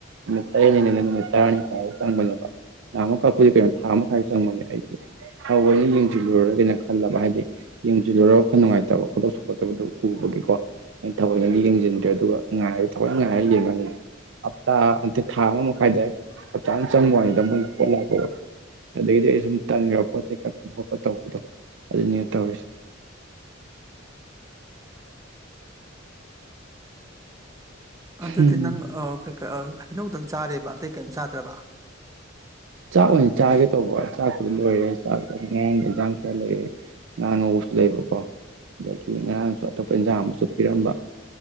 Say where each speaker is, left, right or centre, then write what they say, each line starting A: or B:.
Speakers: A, on the right; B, on the right.
A: ꯅꯨꯃꯤꯠ ꯇꯔꯦꯠꯅꯤꯅ ꯅꯨꯃꯤꯠ ꯇꯔꯥꯅꯤ ꯐꯥꯎꯕꯥ ꯆꯪꯕꯅꯦꯕ ꯅꯍꯥꯃꯨꯛ ꯀꯛꯄꯁꯦ ꯀꯩꯅꯣ ꯊꯥ ꯑꯃ ꯃꯈꯥꯏ ꯆꯪꯕꯅꯦ ꯑꯩꯁꯦ ꯊꯧꯑꯣꯏꯅ ꯌꯦꯡꯁꯤꯜꯂꯨꯔꯒꯦꯅ ꯈꯜꯂꯕ ꯍꯥꯏ ꯌꯦꯡꯁꯤꯜꯂꯨꯔꯒ ꯈꯔ ꯅꯨꯡꯉꯥꯏꯇꯕ ꯈꯣꯏꯗꯧ ꯁꯥꯎꯒꯠꯇꯕꯗꯨ ꯎꯕꯒꯤꯀꯣ ꯑꯩ ꯊꯑꯣꯏꯅꯗꯤ ꯌꯦꯡꯁꯤꯟꯗ꯭ꯔꯦ ꯑꯗꯨꯒ ꯉꯥꯏꯔ ꯊꯋꯣꯏꯅ ꯉꯥꯏꯔ ꯌꯦꯡꯉꯅꯤ ꯍꯞꯇꯥ ꯅꯠꯇꯦ ꯊꯥ ꯑꯃ ꯃꯈꯥꯏ ꯗꯥꯏꯔꯦꯛ ꯆꯞ ꯆꯥꯅ ꯆꯪꯕ ꯋꯥꯅꯤꯗ ꯃꯣꯏ ꯄꯣꯠ ꯂꯥꯛꯄꯗꯣ ꯑꯗꯒꯤꯗꯤ ꯑꯩ ꯁꯨꯝ ꯇꯟꯈ꯭ꯔꯕ ꯄꯣꯠ ꯆꯩ ꯀꯛꯄ ꯈꯣꯠꯄ ꯇꯧꯕꯗꯣ ꯑꯗꯨꯅꯦ ꯇꯧꯔꯤꯁꯦ
B: ꯑꯗꯨꯗꯤ
A: ꯎꯝ
B: ꯅꯪ ꯑ ꯀꯩ ꯀ ꯍꯩꯅꯧꯗꯪ ꯆꯥꯔꯦꯕ ꯑꯇꯩ ꯀꯦꯝ ꯆꯥꯗ꯭ꯔꯕ
A: ꯆꯥꯛ ꯑꯣꯏꯅ ꯆꯥꯒꯦ ꯇꯧꯕ ꯆꯥꯛꯄꯨꯗꯤ ꯂꯣꯏꯔꯦ ꯆꯥꯛ ꯉꯔꯥꯡꯒꯤ ꯏꯟꯖꯥꯡ ꯈꯔ ꯂꯩꯌꯦ ꯉꯥꯥ ꯉꯧꯕꯁꯨ ꯂꯩꯕꯀꯣ ꯑꯗꯒꯤ ꯉꯔꯥꯡꯁꯨ ꯑꯇꯣꯞꯄ ꯏꯟꯖꯥꯡ ꯑꯃꯁꯨ ꯄꯤꯔꯝꯕ